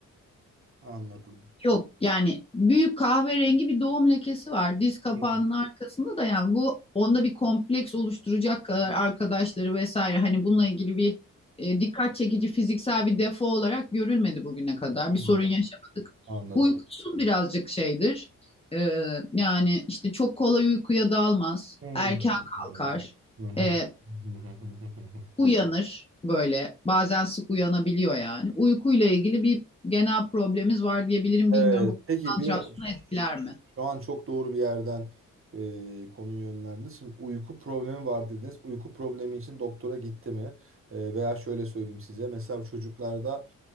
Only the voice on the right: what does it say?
Anladım.
Hı.
Anladım.
Anladım.
Hmm.
Hı hı.
Hı hı.
Hı hı hı hı hı.
Evet.
Peki
bir dakika.
Şu an çok doğru bir yerden e, konuyu yönlendiniz. Şimdi uyku problemi var dediniz. Uyku problemi için doktora gitti mi? E, veya şöyle söyleyeyim size. Mesela çocuklarda